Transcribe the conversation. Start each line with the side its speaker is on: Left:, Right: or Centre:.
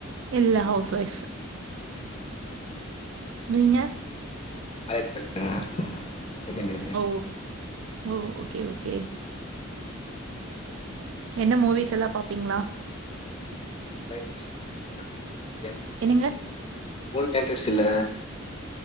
Right: இல்ல ஹவுஸ் வைஃப்
Left: அ
Right: நீங்க
Left: காலேஜ் படிக்கங்க செகண்ட் இயர்
Right: ஓ ஓ ஓகே ஓகே என்ன மூவிஸ் எல்லா பாப்பீங்ளா
Left: <unintelligible> என்
Right: என்னங்க
Left: மூவிலா இன்ட்ரெஸ்ட் இல்ல